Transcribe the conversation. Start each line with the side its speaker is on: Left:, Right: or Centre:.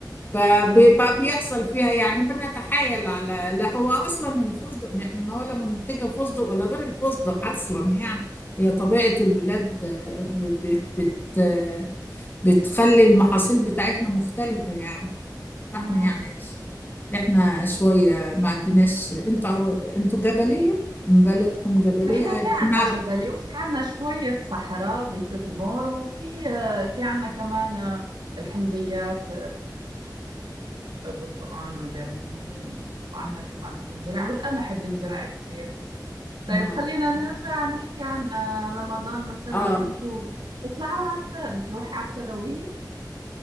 Left: فبيبقى
Right: أمم.
Left: بيحصل فيها يعني بنتحايل على لا هو اصلا الفستق ما احنا ما ولا منتجه فستق ولا غير الفستق اصلا يعني هي طبيعه البلاد آه، ب- بت بت آه، بتخلي المحاصيل بتاعتنا مختلفه يعني فاحنا
Right: تمام
Left: يعني ش- احنا شويه ما عندناش انتوا انتوا جبليه بلدكم جبليه
Right: نحن
Left: أيوة،
Right: في
Left: نعرف
Right: عنا جبلي وفي عنا شوية صحراء بتدمر وفي في عنا كمان الحمضيات البرتقال والليمون وعنا كمان بتنزرع والقمح بينزرع كتير طيب
Left: اه
Right: خلينا نرجع نحكي عن آه، رمضان مثلا
Left: آه.
Right: انتوا بتطلعوا على بتروحوا على التراويح